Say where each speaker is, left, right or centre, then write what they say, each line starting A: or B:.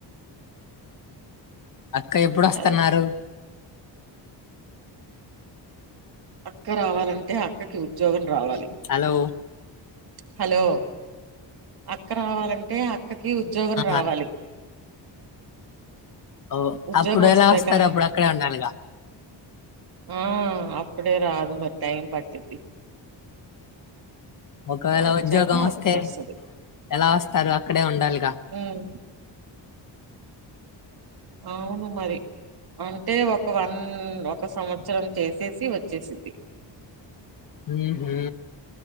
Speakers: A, on the left; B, on the right.
A: ఉ అక్క ఎప్పుడోస్తన్నారు?
B: అదే అక్క రావాలంటే అక్కకి ఉద్యోగం రావాలి.
A: హలో
B: హలో అక్క రావాలంటే అ అక్కకి ఉద్యోగం
A: ఆహా.
B: రావాలి.
A: ఓ
B: ఉద్యోగం
A: అప్పుడు
B: వస్తే
A: ఎలా వస్తారు
B: కానీ
A: అప్పుడు అక్కడే ఉండాలిగా
B: ఆ అప్పుడే రాదు మరి టైం పట్దిద్ది.
A: ఒకవేళ
B: వచ్చాక
A: ఉద్యోగం వస్తే,
B: అప్పుడు వస్తది
A: ఎలా వస్తారు అక్కడే ఉండాలిగా.
B: ఉమ్ అవును మరి అంటే ఒక వన్న్ ఒక సంవత్ త్సరం చేసేసి వచ్చేసిద్ది.
A: ఊహూ.